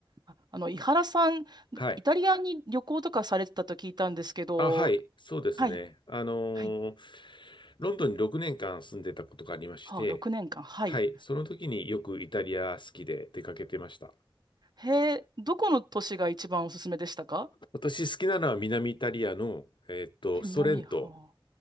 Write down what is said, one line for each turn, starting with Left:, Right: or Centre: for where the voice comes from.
Right: ああの、井原さん、
Left: はい。
Right: イタリアに旅行とかされてたと聞いたんですけど、
Left: あ、はい。そうですね。
Right: はい、
Left: あのー
Right: はい、
Left: ロンドンに6年間住んでたことがありまして、
Right: はあ、6年間、はい。
Left: はい。その時によくイタリア好きで出かけてました。
Right: へえ、どこの都市が一番おすすめでしたか
Left: 私好きなのは南イタリアの、えーっと、
Right: え、
Left: ソレント。
Right: 南、はあ。